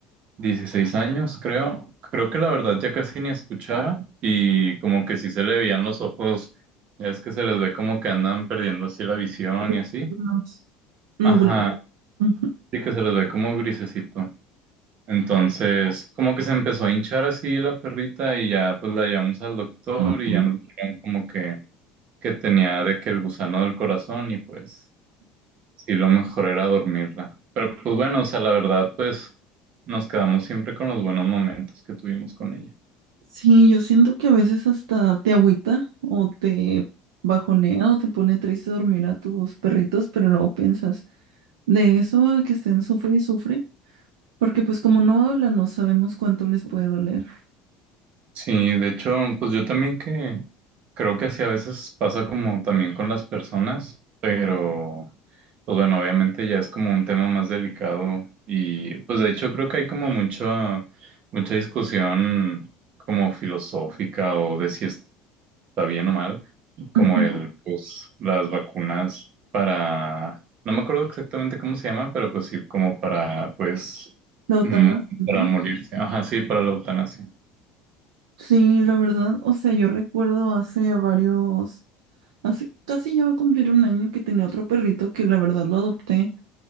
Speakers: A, on the right (about 55°); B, on the right (about 80°).
A: 16 años, creo. Creo que la verdad ya casi ni escuchaba y como que sí se le veían los ojos, ya es que se les ve como que andan perdiendo así la visión
B: Recuerdos
A: y así.
B: nublados.
A: Ajá,
B: Ujú.
A: sí que se les ve como grisecito. Entonces, como que se empezó a hinchar así la perrita y ya pues la llevamos al doctor
B: Ah,
A: y
B: pues.
A: ya nos dijeron como que, que tenía de que el gusano del corazón y pues sí lo mejor era dormirla. Pero pues bueno, o sea, la verdad pues nos quedamos siempre con los buenos momentos que tuvimos con ella.
B: Sí, yo siento que a veces hasta te agüita o te bajonea o te pone triste dormir a tus perritos, pero luego piensas, de eso a que estén sufre y sufre. Porque pues como no hablan, no sabemos cuánto les puede doler.
A: Sí, de hecho, pues yo también que creo que así a veces pasa como también con las personas, pero pues bueno, obviamente ya es como un tema más delicado y pues de hecho creo que hay como mucha, mucha discusión como filosófica o de si está bien o mal, como
B: Ujú.
A: el, pues las vacunas para, no me acuerdo exactamente cómo se llama, pero pues sí, como para, pues,
B: La eutanasia,
A: mm,
B: ¿no?
A: para morirse, ajá, sí, para la eutanasia.
B: Sí, la verdad, o sea, yo recuerdo hace varios, hace casi ya va a cumplir un año que tenía otro perrito que la verdad lo adopté